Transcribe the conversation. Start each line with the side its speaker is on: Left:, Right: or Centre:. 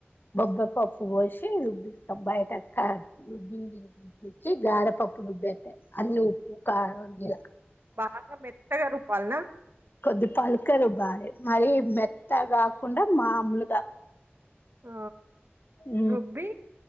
Left: బబ్బ పప్పు పోసి రుబ్బిస్తాం. బయట రుబ్బి రుబ్బచ్చి గారపప్పు రుబ్బేస్తాయి. అన్ని ఉప్పు కారం గి
Right: బాగా మెత్తగా రుబ్బాల్ నా
Left: కొద్ది పలుకరు భార మరి మెత్తగ కాకుండా మామూలుగా
Right: ఆ
Left: ఊ
Right: రుబ్బి